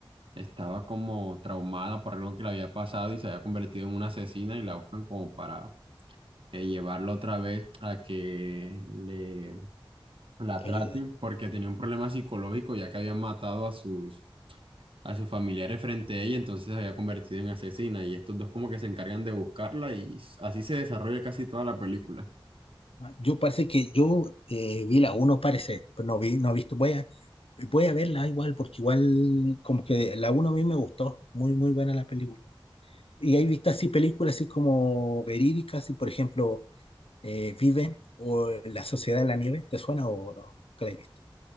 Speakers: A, on the right; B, on the left.
A: estaba como traumada por algo que le había pasado y se había convertido en una asesina y la buscan como para eh, llevarla otra vez a que le la
B: ayude.
A: traten porque tenía un problema psicológico ya que habían matado a sus, a sus familiares frente a ella, entonces se había convertido en asesina y estos dos como que se encargan de buscarla y s- así se desarrolla casi toda la película.
B: Yo parece que yo eh, vi la uno parece, pero no vi, no he visto. Voy a, voy a verla igual, porque igual como que la uno a mí me gustó. Muy, muy buena la película. Y hay vistas así películas así como verídicas, y por ejemplo, eh, Viven o La Sociedad de la Nieve, ¿te suena o no? Nunca la he visto.